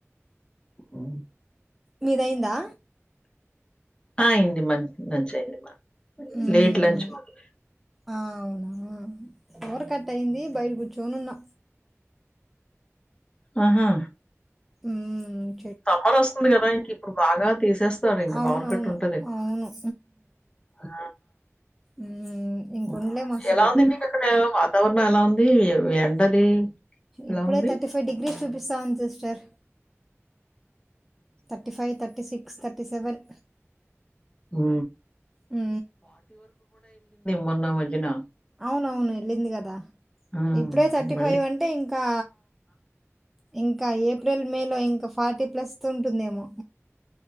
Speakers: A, on the left; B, in the centre.
A: మ్
B: మీదయిందా
A: ఆ అయింది మంచి లంచ్ అయింది
B: మ్
A: లేట్ లంచ్ మాది
B: ఆ ఆ అవునా పవర్ కట్ అయింది బయట కూర్చోని ఉన్నా
A: ఆహా
B: హుమ్
A: సమ్మర్ వస్తుంది కదా ఇంక ఇప్పుడు బాగా తీసేస్తారీ ఇంకా
B: అవునవును
A: పవర్ కట్ ఉంటది ఎక్కువ
B: అవును
A: ఆ
B: మ్మ్ ఇంకొండలేం
A: ఆ
B: అసలు
A: ఎలా ఉంది మీకు అక్కడ వాతావరణం ఎలా ఉం ది ఎండది ఎలా
B: ఇప్పుడే
A: ఉంది
B: తర్టీ ఫై డిగ్రీ చూ స్తా ఉంది sister thirty five thirty six thirty seven
A: హు
B: హు
A: మొన్న మధ్యన
B: అవునవును వెళ్ళింది కదా
A: ఆ,
B: ఇప్పుడే థర్టీ
A: మళ్ళీ
B: ఫైవ్ అంటే ఇంకా ఇంకా ఏప్రిల్ మే లో ఇంకా ఫార్టీ ప్లస్ ఉంటుందేమో